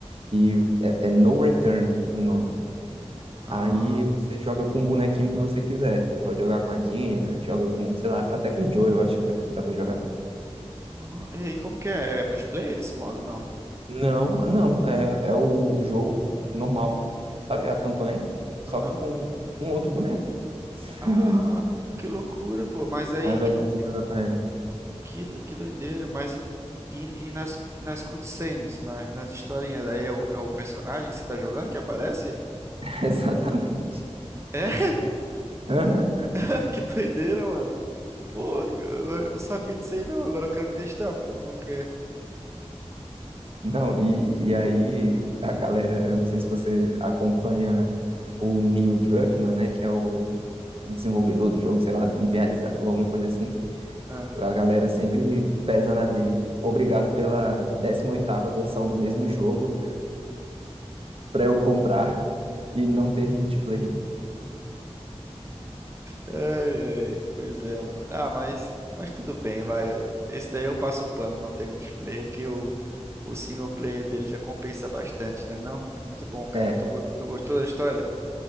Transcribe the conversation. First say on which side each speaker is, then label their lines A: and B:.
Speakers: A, on the right; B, on the right.
A: e é, é No Return o nome.
B: Ah,
A: Aí você joga com o bonequinho que você quiser. Pode jogar com a Dina, joga com, sei lá, até com o Joe, eu acho que dá, dá pra jogar.
B: ah, e aí, como que é? É multiplayer esse modo? Não.
A: Não, não. É, é o, o jogo normal, sabe? É A campanha, só
B: Aham.
A: que com um outro boneco, <laughs>
B: Ah, que loucura, pô. Mas aí,
A: ao invés
B: e no
A: de você jogar com ele.
B: Que, que doideira, mas e, e nas, nas cutscenes, nas, nas historinhas, aí é o, é o personagem que você tá jogando que aparece?
A: <laughs> Exatamente.
B: É,
A: Aham.
B: <laughs> que doideira, mano. Pô, eu não sabia disso aí não, agora eu quero testar pra ver como que é.
A: Não, e, e aí a galera, eu não sei se você acompanha o Neil Druckmann, né? Que é o desenvolvedor do jogo, sei lá, idealizador, alguma coisa assim.
B: Ah.
A: A galera sempre pesa na dele. Obrigado pela décima oitava versão do mesmo jogo pra eu comprar e não ter multiplayer.
B: Ai, ai, pois é, mano. Ah, mas, mas tudo bem, vai. Eu- Esse daí eu passo o pano, não tem multiplayer, porque o, o single player dele já compensa bastante, né não? É muito bom, cara.
A: É,
B: Tu, go- tu gostou da história?